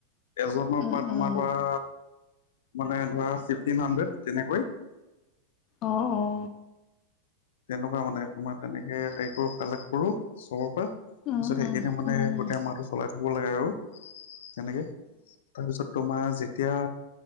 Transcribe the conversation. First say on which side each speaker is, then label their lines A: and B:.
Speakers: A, on the left (about 60°); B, on the left (about 35°).
A: এজনৰ
B: উম
A: পৰা তোমাৰ
B: উম
A: পৰা, মানে ধৰা ফিফটিন সান্দেত তেনেকৈ।
B: অ অ,
A: তেনেকুৱা মানে তোমাৰ তেনেকে হেৰি কৰো কালেক্ট কৰো চবৰ পৰা। তাৰপিছতে
B: উম
A: সেইখিনিয়ে
B: উম
A: মানে
B: উম
A: গোটেই মাহটো চলাই থাকিব লাগে আৰু তেনেকৈ তাৰপিছত তোমাৰ যেতিয়া